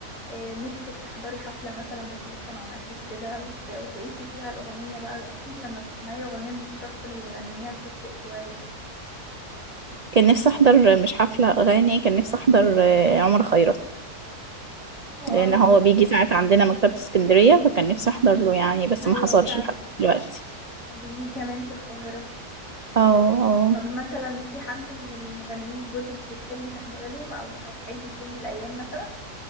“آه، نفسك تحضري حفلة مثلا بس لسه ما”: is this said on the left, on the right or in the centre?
Left